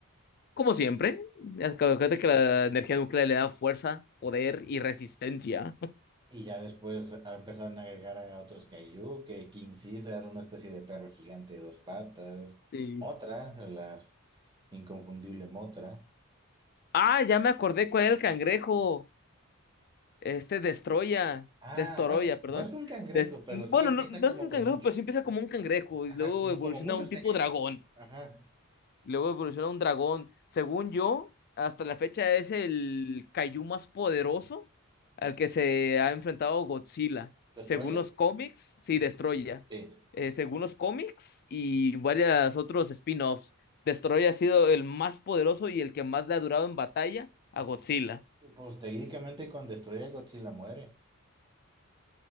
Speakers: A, on the left; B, on the right.
A: Como siempre,
B: Ajá.
A: acuérdate que la energía nuclear le da fuerza, poder y resistencia.
B: Y ya después ah, empezaron a agregar a otros Kaiju, que King Caesar, una especie de perro gigante de dos patas.
A: Sí.
B: Otra, la inconfundible Motra.
A: Ah, ya me acordé cuál era el cangrejo. Este Destroya,
B: Ah,
A: Destoroya,
B: bueno,
A: perdón.
B: no es un cangrejo,
A: Des-
B: pero sí
A: Bueno,
B: empieza
A: no, no
B: como
A: es un
B: con
A: cangrejo,
B: mucho.
A: pero sí empieza como un cangrejo
B: Ajá,
A: y luego
B: como,
A: evoluciona
B: como muchos
A: a un tipo
B: cangrejitos.
A: dragón.
B: Ajá.
A: Luego evoluciona un dragón. Según yo, hasta la fecha es el Kaiju más poderoso al que se ha enfrentado Godzilla.
B: ¿Destroya?
A: Según los cómics, sí, Destroya.
B: Sí,
A: Eh, según los cómics y varios otros spin-offs, Destroya ha sido el más poderoso y el que más le ha durado en batalla a Godzilla.
B: Pues técnicamente con Destruye a Godzilla muere.